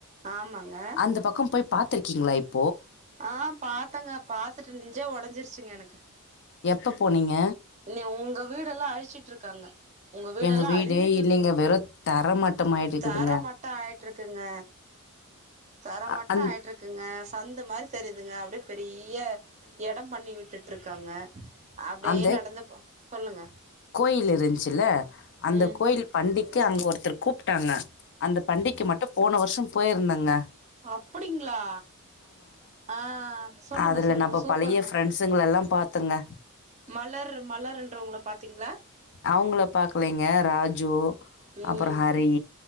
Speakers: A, on the right (about 30°); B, on the left (about 55°).
A: ஆமாங்க
B: அந்த பக்கோ போய் பாத்துருகீங்ளா இப்
A: ஆ பாத்தங்க பாத்துட்டு நெஞ்சே ஒடஞ்சுருச்சுங்க எனக்கு
B: எப்போ போனீங்க
A: நீ உங்க வீடேல்லா அழிச்சுட்ருக்காங்க உங்க வீடேல்லா
B: எங்க வீடு
A: அழிஞ்சுட்ருக்குங்க
B: இல்லைங்க வெறு தர மட்டமாயிட்டுருக்குதுங்க
A: தர மட்டோ ஆய்ட்ருக்குங்க தர
B: அ
A: மட்டோ
B: அந்
A: ஆய்ட்ருக்குங்க சந்த மாரி தெரிதுங்க அப்டியே பெரிய எடோ பண்ணி விட் விட்டுட்ருக்காங்க அப்டியே
B: அந்த
A: நடந்து போ சொல்லுங்க
B: கோயில் இருன்சுல்ல அந்த
A: ம்
B: கோயில் பண்டிக்கு அங்க ஒருத்தர் கூப்ட் டாங்க அந்த பண்டிக்கு மட்டு போன வர்ஷோ போய்ர்ந்தங்க
A: அப்புடிங்ளா ஆ சொல்லுங்க
B: அதுல
A: சொல்லுங்க
B: நம்ம
A: சூப்பருங்க
B: பழைய ஃப்ரெண்ட்ஸுங்களெல்லாம் பார்த்தங்க.
A: மலர் மலருன்ரவ்ங்ள பாத்தீங்ளா
B: அவ்ங்ள பாக்லைங்க ராஜு
A: ம்
B: அப்றோ ஹரி